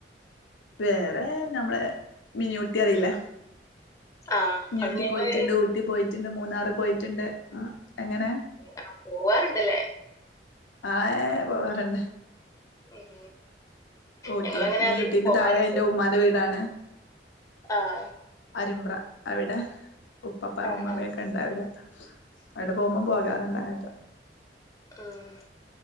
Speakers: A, on the left; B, on the left.
A: വേറെ ഞമ്മളെ മിനൂട്ടി അറിയി ല്ലെ
B: ആഹ്
A: ഞ്ഞൂട്ടി
B: അത് ഞങ്ങള്
A: പോയിറ്റിണ്ട് ഊട്ടി പോയിറ്റിണ്ട് മൂന്നാറ് പോയിറ്റ്ണ്ട് അ എങ്ങനെ
B: ആഹ് പോവാറുണ്ടല്ലേ
A: ആഹ് പോവാറ്ണ്ട്
B: ഉം
A: ഊട്ടി
B: ഞങ്ങളങ്ങനെ
A: മിനിയൂട്ടീന്റെ
B: അധികം പോവാറുണ്ട്.
A: താഴെ എന്റെ ഉമ്മാന്റെ വീടാണ്
B: ആഹ്
A: അരിമ്പ്ര അവിടെ ഉപ്പാപ്പ
B: ആഹ്
A: ഉമ്മാമ്മക്കെ
B: ആഹ്
A: ഇണ്ടവിടെ അവിടെ പോമ്പം പോകാറുണ്ട് അങ്ങട്ടോ
B: ഉം